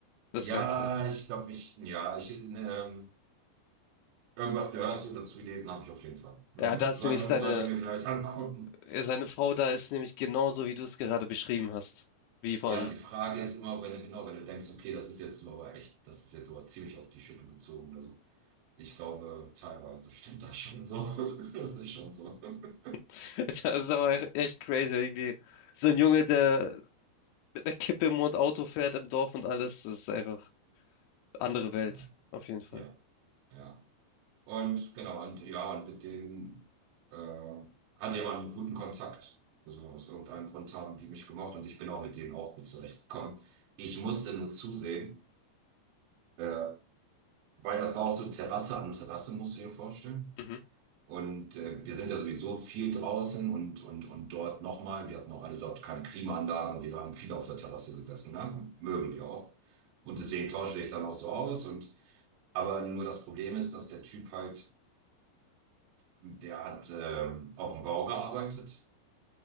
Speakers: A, on the left (about 85°); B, on the right (about 80°).
A: das
B: Ja,
A: Ganze.
B: ich glaube, ich, ja, ich, ähm, irgendwas gehört oder dazu gelesen habe ich auf jeden Fall. Mhm.
A: Ja, da ist
B: Sollte,
A: nämlich seine,
B: sollte ich mir vielleicht <laughs> angucken.
A: ja, seine Frau da ist nämlich genauso, wie du es gerade beschrieben hast. Wie von.
B: Ja, die Frage ist immer, wenn du, genau, wenn du denkst, okay, das ist jetzt so aber echt, das ist jetzt aber ziemlich auf die Schippe gezogen oder so. Ich glaube, teilweise stimmt das schon so. <laughs> Das ist schon so. <laughs>
A: <laughs> Das ist aber echt crazy. Irgendwie so ein Junge, der mit einer Kippe im Mund Auto fährt im Dorf und alles. Das ist einfach. andere Welt,
B: Ja,
A: auf jeden Fall.
B: ja, ja. Und genau, und ja, und mit denen äh, hatte ich aber einen guten Kontakt. Also aus irgendeinem Grund haben die mich gemocht und ich bin auch mit denen auch gut zurechtgekommen. Ich musste nur zusehen, äh, weil das war auch so Terrasse an Terrasse, musst du dir vorstellen.
A: Mhm.
B: Und äh, wir sind ja sowieso viel draußen und, und, und dort nochmal, wir hatten auch alle dort keine Klimaanlage, wir haben viele auf der Terrasse gesessen, ne? Mögen wir auch. Und deswegen tausche ich dann auch so aus und aber nur das Problem ist, dass der Typ halt Der hat ähm, auf dem Bau gearbeitet,